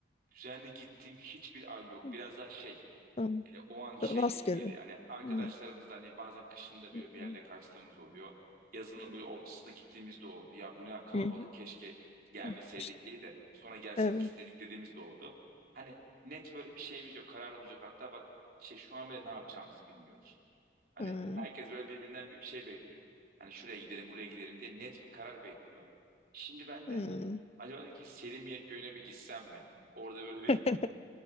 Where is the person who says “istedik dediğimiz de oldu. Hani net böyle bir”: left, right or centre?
Right